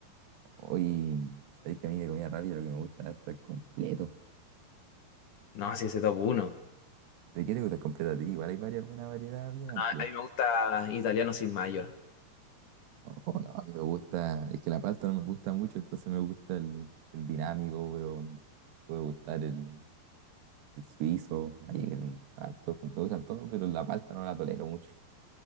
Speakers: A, on the right; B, on the left.
A: Hoy, sabéis que a mí de comida rápida lo que me gusta es el completo.
B: No, sí, ese top uno.
A: ¿De qué te gusta el completo a ti? Igual hay varias, una variedad bien amplia.
B: A, a mí me gusta italiano sin mayo.
A: Oh, oh, no, a mí me gusta, es que la pasta no me gusta mucho, entonces me gusta el, el dinámico, pero me puede gustar el, el suizo, hay el- hartos, me gustan todos, pero la pasta no la tolero mucho.